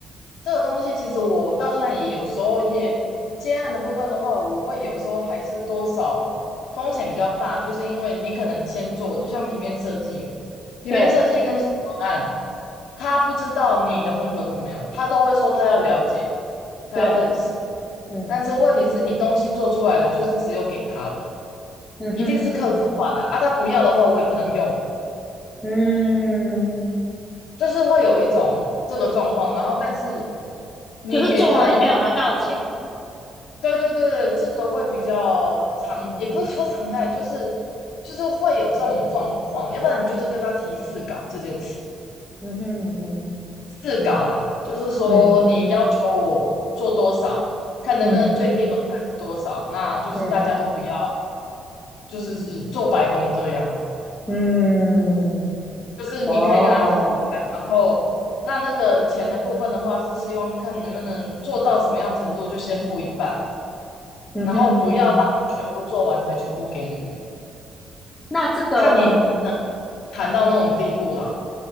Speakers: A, on the left (about 80°); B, on the left (about 15°).
A: 这个东西其实我到现在也有时候也接案的部分的话，我会有时候还是多少风险比较大，就是因为你可能先做了，就像平面设计嘛，平面设计跟文案，
B: 对
A: 他不知道你的风格是怎么样，他都会说他要了解。他要认识。
B: 对，嗯
A: 但是问题是你东西做出来的就是只有给他的，
B: 嗯哼嗯哼。
A: 一定是客制化的啊，啊他不要的话我也不能用，
B: 嗯，
A: 就是会有一种这个状况。然后但是你给他一，
B: 就是做了没有拿到钱，
A: 对对对对，这个会比较常，
B: 嗯
A: 也不是说常态，就是就是会有这种状况。要不然你就是跟他提试稿这件事，
B: 嗯哼嗯哼
A: 试稿啊，
B: 嗯
A: 就是说你要求我做多少。
B: 嗯
A: 看能不能最低门槛是多少，
B: 嗯
A: 那就是大家都不要，
B: 嗯
A: 就是做白工这个样。子。
B: 嗯，
A: 就是你可以跟他提提看，
B: 哦，
A: 然后那那个钱的部分的话，是希望看你能不能做到什么样程度，就先付一半，
B: 嗯哼嗯哼，
A: 然后不要让你全部做完才全部给你，
B: 那这个
A: 看你能不能谈到那种地步啦。